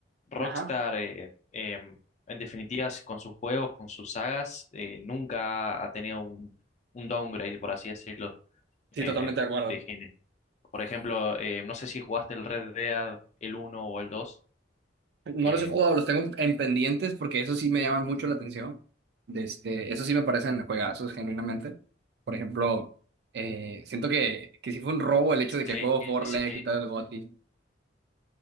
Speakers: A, on the left; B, on the right.
A: Rockstar,
B: Ajá.
A: eh, em, en definitiva, s- con sus juegos, con sus sagas, eh, nunca ha tenido un, un downgrade, por así decirlo,
B: Sí,
A: eh,
B: totalmente de acuerdo.
A: de género. Por ejemplo, eh, no sé si jugaste el Red Dead, el uno o el 2.
B: No
A: eh,
B: los he jugado, los tengo en pendientes porque eso sí me llama mucho la atención. De Este, eso sí me parecen juegazos, genuinamente. Por ejemplo, eh, siento que, que sí fue un robo el hecho de que
A: sí,
B: el juego of War
A: sí.
B: le haya quitado el GOTY.